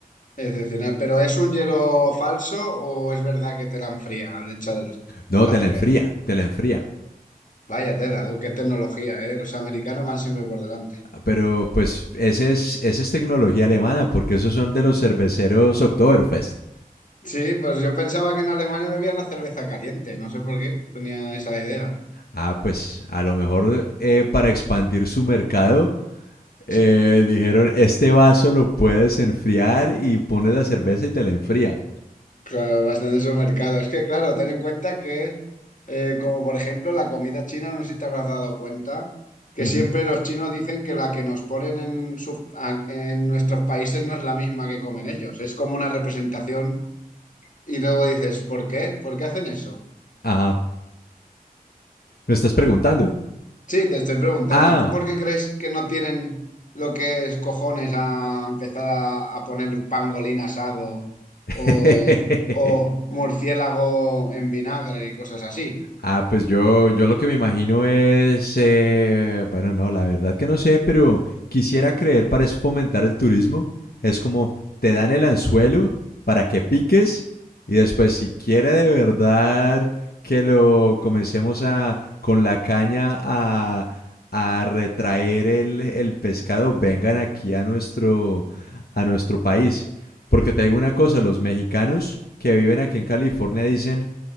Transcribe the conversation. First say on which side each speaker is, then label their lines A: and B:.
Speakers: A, on the left; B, on the left.
A: excepcional. ¿Pero es un hielo falso o es verdad que te la enfría al echar
B: No,
A: la
B: te
A: cerveza?
B: la enfría, te la enfría.
A: Vaya tela, tú, qué tecnología, ¿eh? Los americanos van siempre por delante.
B: Pero pues ese es, esa es tecnología alemana, porque esos son de los cerveceros Oktoberfest.
A: Sí, pues yo pensaba que en Alemania bebían la cerveza caliente, no sé por qué tenía esa idea.
B: Ah, pues a lo mejor eh, para expandir su mercado, eh,
A: Sí,
B: dijeron, este vaso lo puedes enfriar y pones la cerveza y te la enfría.
A: claro, bastante su mercado. Es que, claro, ten en cuenta que, eh, como por ejemplo, la comida china, no sé si te habrás dado cuenta, que
B: Ujú.
A: siempre los chinos dicen que la que nos ponen en, su- a- en nuestros países no es la misma que comen ellos. Es como una representación y luego dices, ¿por qué? ¿Por qué hacen eso?
B: Ajá. ¿Me estás preguntando?
A: Sí, te estoy preguntando,
B: Ah.
A: ¿tú por qué crees que no tienen lo que es cojones a empezar a, a poner un pangolín asado
B: <laughs>
A: o, o murciélago en vinagre y cosas así?
B: Ah, pues yo, yo lo que me imagino es, eh, bueno, no, la verdad que no sé, pero quisiera creer para es fomentar el turismo. Es como te dan el anzuelo para que piques y después si quiere de verdad que lo comencemos a con la caña a, a retraer el, el pescado, vengan aquí a nuestro, a nuestro país. Porque te digo una cosa, los mexicanos que viven aquí en California dicen